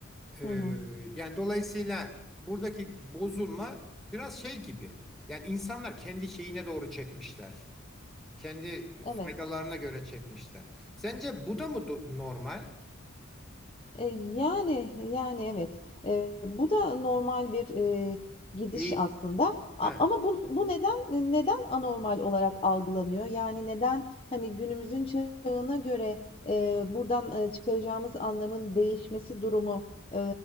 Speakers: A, in the centre; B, on the left.
A: E,
B: Hı hı.
A: yani dolayısıyla buradaki bozulma biraz şey gibi. Yani insanlar kendi şeyine doğru çekmişler. Kendi
B: Evet.
A: faydalarına göre çekmişler. Sence bu da mı do- normal?
B: Eee, yani, yani, evet. Eee, bu da normal bir, eee, gidiş
A: E,
B: aslında a
A: he,
B: ama bu bu neden neden anormal olarak algılanıyor? Yani neden, hani, günümüzün çağına göre, eee, buradan, eee, çıkaracağımız anlamın değişmesi durumu, eee,